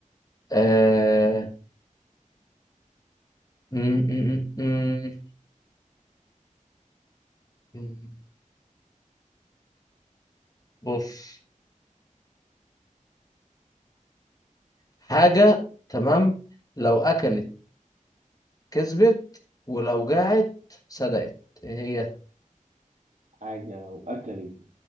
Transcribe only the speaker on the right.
حاجة لو أكلت